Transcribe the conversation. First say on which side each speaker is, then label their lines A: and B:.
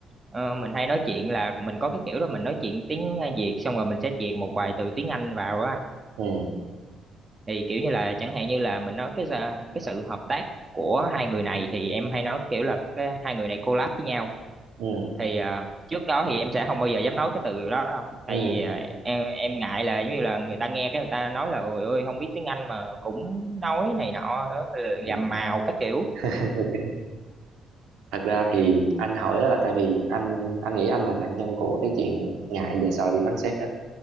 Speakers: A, on the right; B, on the right.
A: Ờ, mình hay nói chuyện là mình có cái kiểu là mình nói chuyện tiếng ờ, Việt xong rồi mình sẽ chèn một vài từ tiếng Anh vào á anh
B: ừ
A: thì kiểu như là chẳng hạn như là mình nói cái sự- cái sự hợp tác của hai người này thì em hay nói kiểu là cái hai người này collab với nhau
B: ừ
A: thì ờ, trước đó thì em sẽ không bao giờ dám nói cái từ đó đâu tại
B: ừ
A: vì
B: ừ
A: ờ, em em ngại là giống như là người ta nghe cái người ta nói là ôi ơi không biết tiếng Anh mà cũng nói này nọ nữa
B: ừ.
A: làm màu các kiểu
B: <laughs> ok thật ra thì anh hỏi á là tại vì anh anh nghĩ anh là nạn nhân của cái chuyện ngại và sợ bị phán xét á.